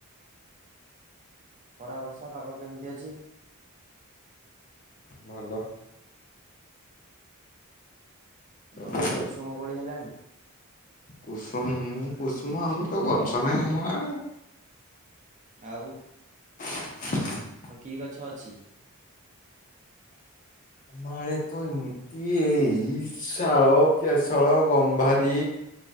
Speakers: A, on the right; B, on the left.
A: ଖରା ବର୍ଷା ପାଗ କେମିତି ଅଛି?
B: ଭଲ। ସବୁ
A: ଆଉ ତମଆଡେ
B: ଭଲ।
A: କୁସୁମ କୋଳି ହେଲାଣି?
B: କୁସୁମ କୁସୁମ ଆମର ତ ଗଛ ନାହିଁ ଆମ ଆଡେ
A: ଆଉ
B: ହୁଁ <inaudible>
A: କି ଗଛ ଅଛି?
B: ଆ ମାଳେ ତୁ ଏମିିତି କି ଏଇ ଶାଳ ପିଆସଳ ଗମ୍ଭାରୀ